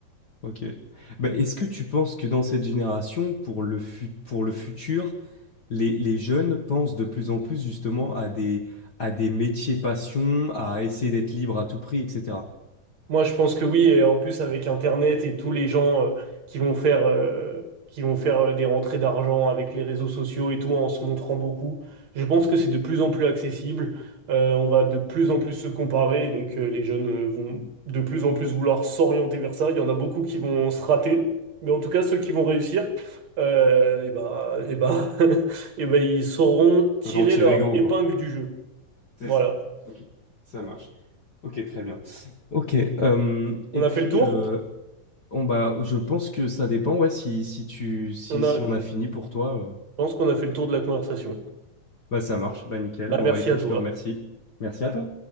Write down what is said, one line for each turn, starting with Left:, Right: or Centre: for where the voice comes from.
Left: Ok. Bah, est-ce que tu penses que dans cette génération, pour le fu- pour le futur, les, les jeunes pensent de plus en plus justement à des, à des métiers passion à essayer d'être libre à tout prix, etc.
Right: Moi, je pense que oui, et en plus avec Internet et tous les gens euh, qui vont faire, euh, qui vont faire euh, des rentrées d'argent avec les réseaux sociaux et tout en se montrant beaucoup, je pense que c'est de plus en plus accessible. Euh, on va de plus en plus se comparer, donc euh, les jeunes euh, vont de plus en plus vouloir s'orienter vers ça. Il y en a beaucoup qui vont se rater, mais en tout cas ceux qui vont réussir, euh, et bah, et bah, <laughs> et bah, ils sauront tirer
Left: Ils peuvent en tirer
Right: leur
Left: gros,
Right: épingle
Left: quoi.
Right: du jeu.
Left: C'est
Right: Voilà.
Left: ça. Ok. Ça marche. Ok, très bien. Ok. euh, et
Right: On a
Left: puis,
Right: fait le tour.
Left: euh, on, bah, je pense que ça dépend. Ouais, si, si tu, si,
Right: On
Left: si
Right: a,
Left: on a
Right: je
Left: fini pour toi, euh,
Right: pense qu'on a fait le tour de la conversation.
Left: bah ça marche. Bah nickel.
Right: Bah,
Left: Bon
Right: merci
Left: bah écoute,
Right: à toi.
Left: je te remercie. Merci à toi.